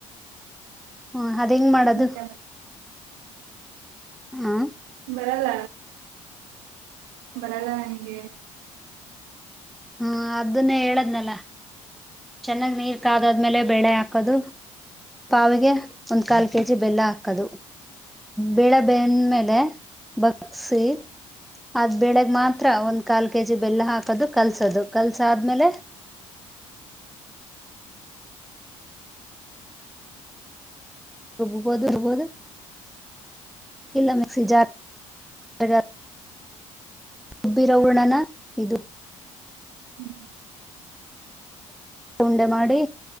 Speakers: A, in the centre; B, on the right (about 60°).
A: ಹ್ಮ ಅದ ಹೆಂಗ್ ಮಾಡದು.
B: ಇಲ್ಲ
A: ಹಾ
B: ಬರಲ್ಲ ಬರಲ್ಲ ನಂಗೆ
A: ಹ್ಮ ಅದನ್ನ ಹೇಳ ನಲ್ಲ ಚೆನ್ನಾಗ್ ನೀರ್ ಕಾದಾದ್ಮೇಲೆ ಬೇಳೆ ಹಾಕದು. ಪಾವಗೆ ಒಂದ್ ಕಾಲ್ ಕೆಜಿ ಬೆಲ್ಲ ಹದು ಬೆಳೆ ಬೆಂದ ಮೇಲೆ ಬಗ್ಸಿ ಅದ್ ಬೆಳಗ್ ಮಾತ್ರ ಒಂದ್ ಕಾಲ್ ಕೆಜಿ ಬೆಲ್ಲ ಹಾಕ್ ಅದು ಕಲ್ಸದು ಕಲ್ಸ ಆದ್ಮೇಲೆ. ರೂಬ್ಬೋದು ರೂಬ್ಬೋದು ಇಲ್ಲ ಮಿಕ್ಸಿ ಜಾರ್ ಗ ಉಬ್ಬಿರವುರ್ಣನ ಇದು
B: <inaudible>
A: ಉಂಡೆ ಮಾಡಿ